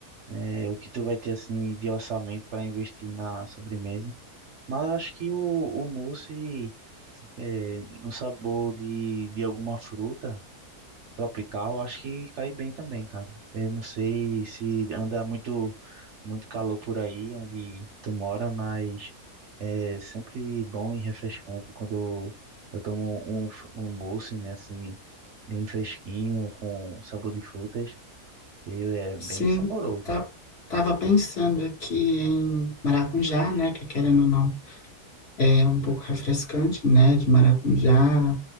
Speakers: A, on the right; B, on the left.
A: eh, o que tu vai ter, assim, de orçamento para investir na sobremesa. Mas eu acho que o, o mousse, eh, no sabor de, de alguma fruta, tropical, acho que cai bem também, cara. Eu não sei se anda muito muito calor por aí onde tu mora, mas é sempre bom e refrescante quando eu tomo um, f- um mousse, né, assim, bem fresquinho, com sabor de frutas, e é
B: Sim,
A: bem saboroso.
B: eu tá, tava pensando aqui em maracujá, né? Que querendo ou não, é um pouco refrescante, né? De maracujá,